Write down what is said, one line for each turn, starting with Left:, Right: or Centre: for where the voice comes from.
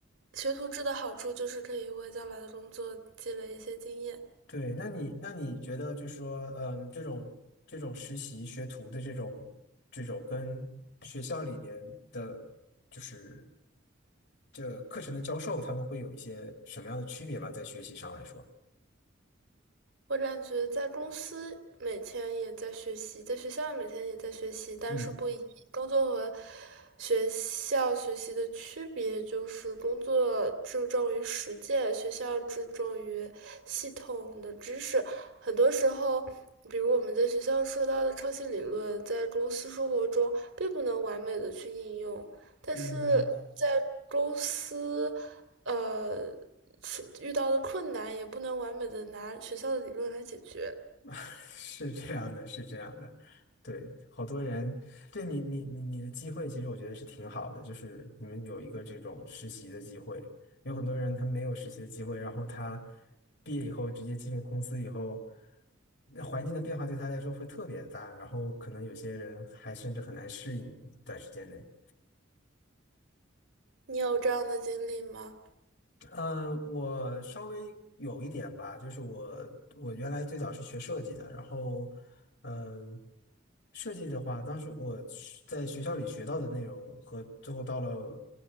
Right: 学徒制的好处就是可以为将来的工作积累一些经验。
Left: 对，那你那你觉得就是说，嗯，这种这种实习学徒的这种这种跟学校里面的，就是这课程的教授，他们会有一些什么样的区别吗？在学习上来说，
Right: 我感觉在公司每天也在学习，在学校每天也在学习，但是不一，
Left: 嗯。
Right: 工作和学校学习的区别就是工作注重于实践，学校注重于系统的知识。很多时候，比如我们在学校说到的创新理论，在公司生活中并不能完美的去应用。但是在公司，
Left: 嗯。
Right: 呃，是遇到的困难也不能完美的拿学校的理论来解决。
Left: <laughs> 是这样的，是这样的，对，好多人，对你，你，你，你的机会，其实我觉得是挺好的，就是你们有一个这种实习的机会，有很多人他没有实习的机会，然后他毕业以后直接进入公司以后，那环境的变化对他来说会特别的大，然后可能有些人还甚至很难适应短时间内。
Right: 你有这样的经历吗？
Left: 嗯，我稍微有一点吧，就是我我原来最早是学设计的，然后嗯，设计的话，当时我是在学校里学到的内容和最后到了